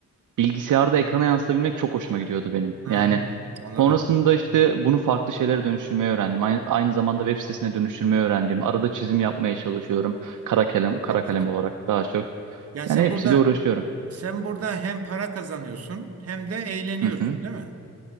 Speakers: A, on the right; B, on the right.
A: bilgisayarda ekrana yansıtabilmek çok hoşuma gidiyordu benim.
B: hmm,
A: Yani
B: anladım.
A: sonrasında işte bunu farklı şeylere dönüştürmeyi öğrendim. Aynı, aynı zamanda web sitesine dönüştürmeyi öğrendim. Arada çizim yapmaya çalışıyorum. Kara kalem, kara
B: Çok
A: kalem
B: güzel.
A: olarak daha çok.
B: Yani sen
A: Yani hepsiyle
B: burada
A: uğraşıyorum.
B: sen burada hem para kazanıyorsun hem de eğleniyorsun,
A: Hı hı.
B: değil mi?